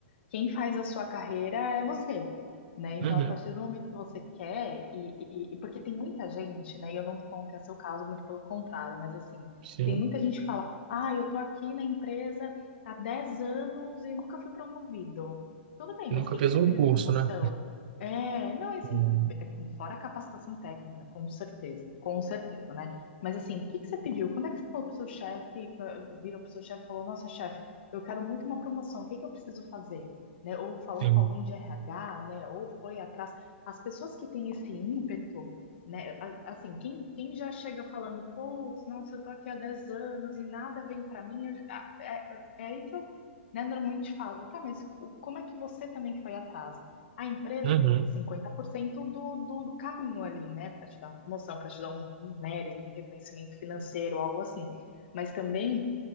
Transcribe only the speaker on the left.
quem faz a sua carreira é você, né? Então,
a partir do momento que você quer, e, e- e porque tem muita gente, né? E eu não tô falando que é seu caso, muito pelo contrário, mas assim,
tem muita gente que fala: ah, eu tô aqui na empresa há 10 anos e nunca fui promovido. Tudo bem,
mas
o que
que você
pediu
de promoção?
É, não, assim,
fora a capacitação técnica, com certeza, com certeza, né? Mas assim, o que que você pediu? Quando é que você falou pro seu chefe, virou pro seu chefe e falou, nossa, chefe, eu quero muito uma promoção, o que que eu preciso fazer? né? Ou falou
com alguém de RH, né? Ou foi atrás. As pessoas que têm esse ímpeto, né? a- Assim, quem, quem já chega falando, putz, nossa, eu tô aqui há 10 anos e nada vem pra mim, eu- ah, é, é aí que eu, né, normalmente falo, tá, mas o- como é que você também foi atrás? A empresa
tem 50% do, do, do caminho ali, né? Para te dar uma promoção, para te dar um, um mérito, um reconhecimento financeiro, algo assim. Mas também